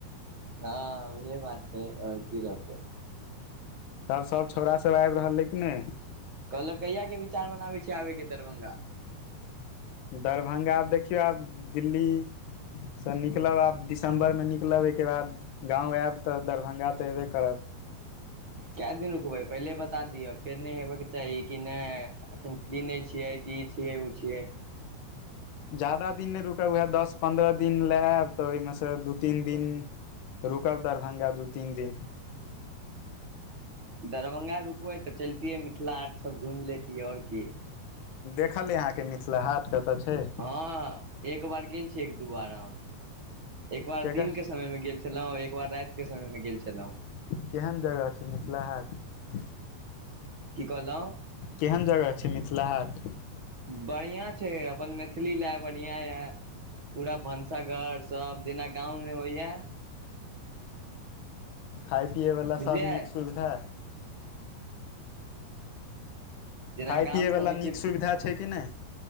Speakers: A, on the right; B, on the left.
A: हँ उहे बात छै आओर की रहतै
B: तब सब छौड़ सब आबि रहल है कि नहि
A: कहलक कहिय के विचार मनाबै छै आबेके दरभंगा
B: दरभंगा देखियौ आब दिल्ली स निकलब आब दिसम्बरमे निकलब एहिहिके बाद गाँव आयब तऽ दरभंगा तऽ अयबे करब
A: कए दिन रुकबै पहिले बता दिअ फेर नहि हेबयके चाही कि नहि एखन फ्री नहि छियै की छियै ओ छियै
B: ज्याददा दिन नहि रुकै उएह दस पन्द्रह दिन लेब तऽ ओहिमे से दू तीन दिन रुकल दरभंगा दू तीन दिन
A: दरभंगा रुकबै तऽ चलतियै मिथिला हाट सब घुमि लेतियै आओर की
B: देखल य अहाँके मिथिला हाट कतऽ छै
A: हँ एक बार गेल छियै एक दू बार हम एक बार
B: केकर
A: दिनके समयमे गेल छलहुँ एक बार रातिके समयमे गेल छलहुँ
B: केहन जगह छै मिथिला हाट
A: की कहलहु
B: केहन जगह छै मिथिला हाट
A: बढ़िआ छै अपन मैथिली लए बढ़िआं यऽ पूरा भनसाघर सब जेना गाँवमे होइए
B: खाय पियै वला
A: बुझलियै
B: सभ नीक सुविधा
A: जेना
B: खाय
A: गाम
B: पियै
A: मे
B: वला
A: होइ
B: नीक
A: छै
B: सुविधा छै कि नहि